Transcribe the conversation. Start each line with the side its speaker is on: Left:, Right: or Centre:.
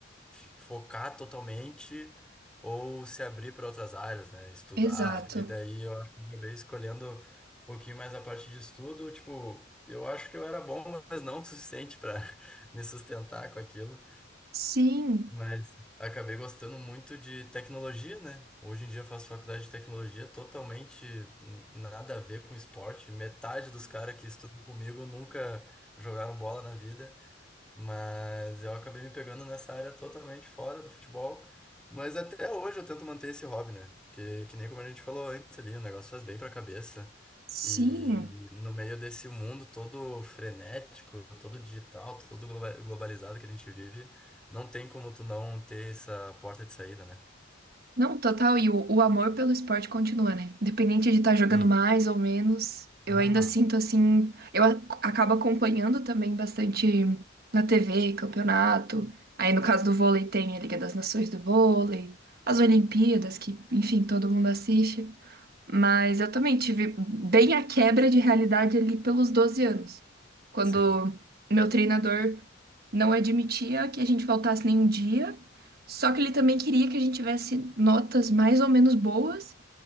Centre: f- focar totalmente ou se abrir para outras áreas, né? Estudar.
Right: Exato.
Centre: E daí eu acho que eu acabei escolhendo um pouquinho mais a parte de estudo. Tipo, eu acho que eu era bom, mas não o suficiente para <laughs> me sustentar com aquilo.
Right: Sim,
Centre: Mas acabei gostando muito de tecnologia, né? Hoje em dia eu faço faculdade de tecnologia totalmente n- nada a ver com esporte. Metade dos caras que estudam comigo nunca jogaram bola na vida, mas eu acabei me pegando nessa área totalmente fora do futebol. Mas até hoje eu tento manter esse hobby, né? Porque, que nem como a gente falou antes ali, o negócio faz bem pra cabeça.
Right: sim.
Centre: E no meio desse mundo todo frenético, todo digital, todo globa- globalizado que a gente vive, não tem como tu não ter essa porta de saída, né?
Right: Não, total. E o, o amor pelo esporte continua, né? Independente de estar jogando
Centre: Sim.
Right: mais ou menos, eu
Centre: Uhum.
Right: ainda sinto assim. Eu a- acabo acompanhando também bastante na TV, campeonato. Aí no caso do vôlei tem a Liga das Nações do Vôlei, as Olimpíadas, que, enfim, todo mundo assiste. Mas eu também tive bem a quebra de realidade ali pelos 12 anos, quando
Centre: Sim,
Right: meu treinador não admitia que a gente faltasse nenhum dia, só que ele também queria que a gente tivesse notas mais ou menos boas,